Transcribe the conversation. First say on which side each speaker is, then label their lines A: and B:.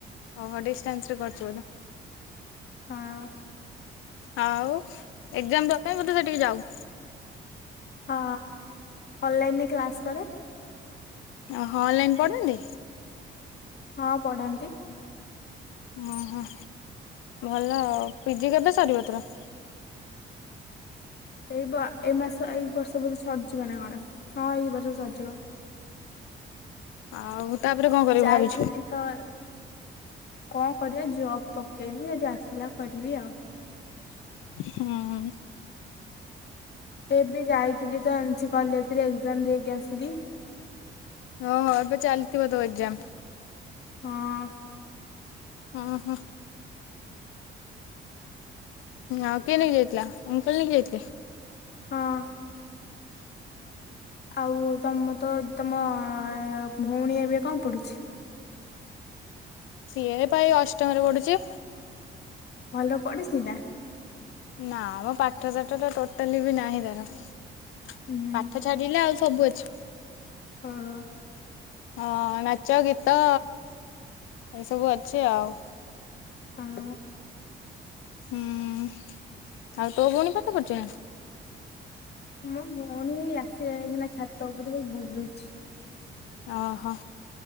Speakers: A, on the left; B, on the left.
A: ଓ ହୋ ଡିଷ୍ଟାନ୍ସ ରେ କରୁଚୁ ବୋଧେ?
B: ହଁ
A: ଆଉ ଏକ୍ସାମ ଦବାପାଇଁ ବୋଧେ ସେଠିକି ଯାଉ,
B: ହଁ ଅନଲାଇନରେ କ୍ଲାସ କରେ,
A: ଓ ହଁ ଅନଲାଇନ୍ ପଢ଼ାନ୍ତି?
B: ହଁ ପଢାନ୍ତି।
A: ଓହୋ ଭଲ ଆଉ ପିଜି କେବେ ସରିବ ତୋର?
B: ଏଇ ବ ଏଇ ମାସ ଏଇ ବର୍ଷ ବୋଧେ ସରିଯିବ ନା କଣ ହଁ ଏଇ ବର୍ଷ ସରିଯିବ।
A: ଆଉ ତାପରେ କଣ କରିବୁ
B: ଯାଇଥିଲି
A: ଭାବିଛୁ?
B: ତ କଣ କରିବା ଜବ୍ ପକେଇମି ଯଦି ଆସିଲା କରିବି ଆଉ,
A: ହଁ।
B: ଏବେ ଯାଇଥିଲି ତ ଏନସି କଲେଜରେ ଏକ୍ସମ୍ ଦେଇକି ଆସିଲି,
A: ଓହୋ ଏବେ ଚାଲିଥିବ ତୋ ଏକ୍ଜାମ,
B: ହଁ।
A: ହଁ ହଁ। ଆଉ କିଏ ନେଇକି ଯାଇଥିଲା ଅଙ୍କଲ ନେଇକି ଯାଇଥିଲେ?
B: ହଁ। ଆଉ ତମ ତ ତମ ଭଉଣୀ ଏବେ କଣ ପଡୁଛି।
A: ସିଏପା ଏଇ ଅଷ୍ଟମରେ ପଢୁଚି।
B: ଭଲ ପଢିଚି ନାଁ।
A: ନାମ ପାଠଶାଠ ତ ଟୋଟାଲି ବି ନାହିଁ ତାର ପାଠ
B: ହୁଁ
A: <unintelligible> ଆଉ ସବୁ ଅଛି।
B: ହଁ।
A: ହଁ ନାଚ ଗୀତ ଏସବୁ ଅଛି ଆଉ।
B: ହଁ।
A: ହୁଁ ଆଉ ତୋ ଭଉଣୀ ପାଠପଢୁଚିନାଁ।
B: ମୋ ଭଉଣୀ ଆସି ଲାଏଇକିନା ଛାତ ଉପରକୁ ବୁଲୁଚି।
A: ଓହୋ